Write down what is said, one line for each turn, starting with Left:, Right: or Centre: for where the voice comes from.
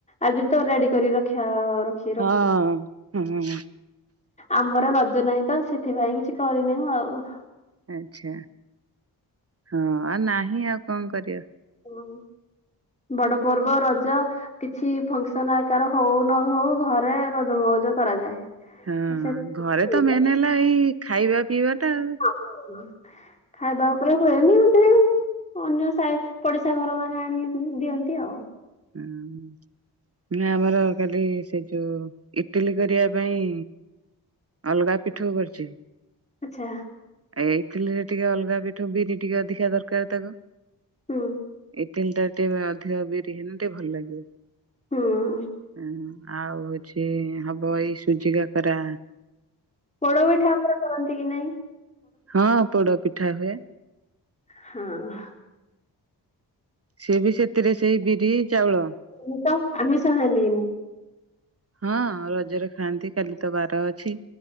Left: ଆଜି ତ ରେଡି କରି ରଖା ରଖ୍
Right: ହଁ ହୁଁ‌।
Left: ଆମର ରଜ ନାହିଁ ତ ସେଥିପାଇଁ କିଛି କରିନୁ ଆଉ ‌।
Right: ଆଛା ହଁ ଆଉ ନାହିଁ ଆଉ କଣ କରିବ।
Left: ହଉ ବଡ଼ ପର୍ବ ରଜ କିଛି ଫଙ୍କ୍ ସନ୍ ଆଉ କାର ହଉ ନ ହଉ ଘରେ ରଜମଉଜ କରାଯାଏ।
Right: ହଁ
Left: ତ ସେ
Right: ଘରେ
Left: ସେଇଟା।
Right: ତ ମେନ୍ ହେଲା ଏଇ ଖାଇବା ପିଇବା ଟା ଆଉ।
Left: ହଁ ଖାଇବା ଉପରେ ହୁଏନି ଏମ୍ ତି ଅନ୍ୟ ସାଇ ପଡିଶା ଘର ମାନେ ଆଣିକି ଦିଅନ୍ତି ଆଉ।
Right: ହୁଁ। ମାନେ ଆମର କାଲି ସେ ଯୋଉ ଇଟିଲି କରିଆ ପାଇଁ ଅଲ୍ ଗା ପିଠଉ କରିଛି।
Left: ଆଛା।
Right: ଏଇ ଇଟିଲିରେ ଟିକେ ଅଲ୍ ଗା ପିଠୁ ବିରି ଟିକେ ଅଧିକା ଦରକାର୍ ତାକୁ
Left: ହୁଁ।
Right: ଇଟିଲି ଟା ଟିକେ ଅଧିକ ବିରି ହେନେ ଟିକେ ଭଲ୍ ଲାଗିବ।
Left: ହୁଁ
Right: ହୁଁ ଆଉ ହଉଛି ହବ ଏଇ ସୁଜି କାକରା
Left: ପୋଡ ପିଠା ଆପର କରନ୍ତି କି ନାଇଁ?
Right: ହଁ ପୋଡ ପିଠା ହୁଏ।
Left: ହଁ।
Right: ସେ ବି ସେଥିରେ ସେଇ ବିରି ଚାଉଳ।
Left: ମୁଁ ତ ଆମିଷ ଖାଆନ୍ତି କି ନାଇଁ?
Right: ହଁ ରଜରେ ଖାଆନ୍ତି କାଲି ତ ବାର ଅଛି।